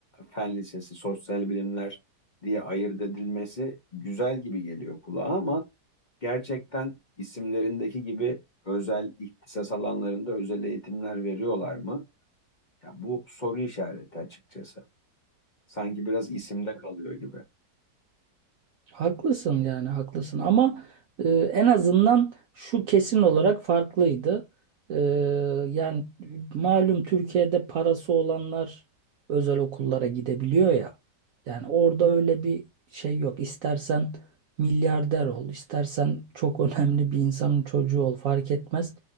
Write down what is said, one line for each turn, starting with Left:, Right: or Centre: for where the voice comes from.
Left: fen lisesi, sosyal bilimler diye ayırt edilmesi güzel gibi geliyor kulağa ama gerçekten isimlerindeki gibi özel ihtisas alanlarında özel eğitimler veriyorlar mı? Ya bu soru işareti açıkçası. Sanki biraz isimde kalıyor gibi.
Right: Haklısın yani haklısın ama e, en azından şu kesin olarak farklıydı. E, yani malum Türkiye'de parası olanlar özel okullara gidebiliyor ya. Yani orada öyle bir şey yok. İstersen milyarder ol, istersen çok <laughs> önemli bir insanın çocuğu ol fark etmez.